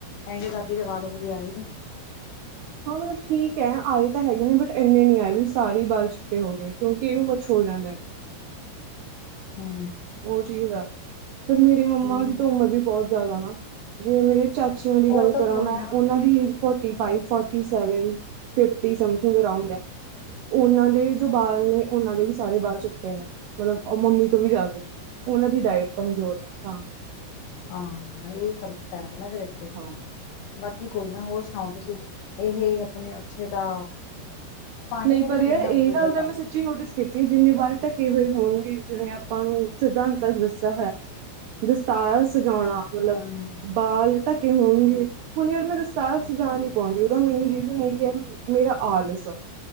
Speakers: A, on the left (about 75°); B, on the right (about 80°).
A: ਕ ਤੇ ਦਾਦੀ ਦੇ ਵਾਲੋ ਜਹੇ ਆਏ ਹੀ ਨਾ।
B: <inaudible> ਹਾਂ ਮਤਲਬ ਠੀਕ ਹੈ ਆਏ ਤਾਂ ਹੈਗੇ ਨੇ ਬਟ ਇੰਨੇ ਨਹੀਂ ਆਏ ਵੀ ਸਾਰੇ ਹੀ ਬਾਲ ਚਿੱਟੇ ਹੋ ਗਏ ਕਿਉਂਕਿ ਇਹ ਉਮਰ ਚ' ਹੋ ਜਾਂਦੇ ਨੇ।
A: ਹੂ
B: ਉਹ ਚੀਜ਼ ਹੈ, ਫਿਰ ਮੇਰੇ ਮੰਮਾ
A: ਹੂੰ,
B: ਦੀ ਤਾਂ ਉਮਰ ਵੀ ਬਹੁਤ ਜ਼ਿਆਦਾ ਨਾ ਜੇ ਮੇਰੇ ਚਾਚੇ ਬੱਚਿਆਂ ਦੀ
A: ਉਹ
B: ਗੱਲ
A: ਤਾਂ
B: ਕਰਾਂ
A: ਕੋਈ
B: ਮੈਂ
A: ਨਾ
B: ਉਹਨਾਂ ਦੀ age forty five forty seven fifty something around ਹੈ ਉਹਨਾਂ ਦੇ ਜੋ ਬਾਲ ਨੇ ਉਹਨਾਂ ਦੇ ਵੀ ਸਾਰੇ ਬਾਲ ਚਿੱਟੇ ਨੇ ਮਤਲਬ ਉਹ ਮੰਮੀ ਤੋਂ ਵੀ ਜਿਆਦਾ ਉਹਨਾਂ ਦੀ ਡਾਇਟ ਕਮਜ਼ੋਰ ਆ ਹਾਂ
A: ਹਾਂ ਇਹ ਫ਼ਰਕ ਪੈਦਾ ਨਾ ਫੇਰ ਇੱਥੇ
B: ਹਾਂ
A: ਬਾਕੀ ਕੋਈ ਨਾ ਹੋਰ ਸੁਣਾਓ ਤੁਸੀਂ ਇਹ ਆਪਣੇ ਉੱਥੇ ਦਾ ਪਾਣੀ
B: ਨਹੀਂ
A: ਪੂਣੀ
B: ਪਰ ਯਾਰ
A: ਕਿਵੇਂ
B: ਇਹ
A: ਆ ਉੱਧਰ
B: ਗੱਲ ਤਾਂ
A: ਦਾ
B: ਮੈਂ ਸੱਚੀ ਨੋਟਿਸ ਕੀਤੀ ਹੈ ਜਿਨੇ ਬਾਲ ਢਕੇ ਹੋਏ ਹੋਣਗੇ ਜਿਵੇਂ ਆਪਾਂ ਨੂੰ ਸਿਧਾਂਤਾਂ ਚ ਦੱਸਿਆ ਹੋਇਆ ਦਸਤਾਰ ਸਜਾਉਣਾ ਮਤਲਬ
A: ਹੂੰ।
B: ਬਾਲ ਢਕੇ ਹੋਣਗੇ ਹੁਣ ਯਾਰ ਮੈਂ ਦਸਤਾਰ ਸਜਾ ਨੀ ਪਾਉਂਦੀ ਉਹਦਾ ਮੇਨ ਰੀਜ਼ਨ ਇਹ ਹੈ ਮੇਰਾ ਆਲਸ ਆ